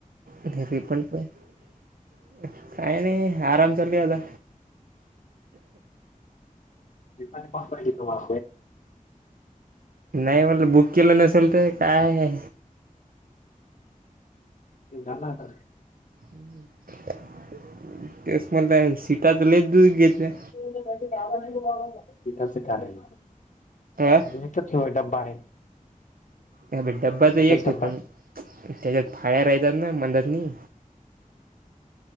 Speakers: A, on the right; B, on the left.
A: घरी पण काही नाही आरामचाल काता.
B: त्हा.
A: नाही म्हटलं बुक केलं नसेल तर काय.
B: ते झालं तर.
A: हम् ह तेस म्हट सिटाात लले दूध घेतल्या.
B: <unintelligible>
A: अ
B: चतलोय ड्बा आहे..
A: अ ड्बा तर
B: एकच
A: एक
B: डब्बा
A: हे पण
B: आहे
A: त्याच्यात फाळ्या राहतात ना मंदातनी